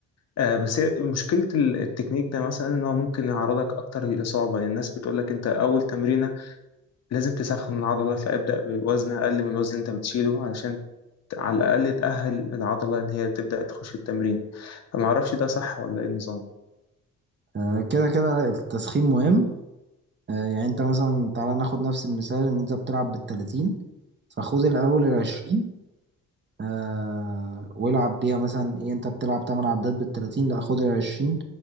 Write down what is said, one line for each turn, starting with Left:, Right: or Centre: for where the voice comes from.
Left: آه بس هي مشكله ال- التكنيك ده مثلا ان هو ممكن يعرضك اكتر للاصابه لأن الناس بتقول لك انت اول تمرينه لازم تسخن العضله فابدا بوزن اقل من الوزن اللي انت بتشيله علشان ت- على الاقل تاهل العضله ان هي تبدا تخش التمرين فما اعرفش ده صح ولا ايه النظام
Right: آه، كده كده التسخين مهم آه، يعني انت مثلا تعالى ناخد نفس المثال ان انت بتلعب بالتلاتين فخد الاول العشرين آه والعب بيها مثلا ايه انت بتلعب تمن عدات بالتلاتين لا خد العشرين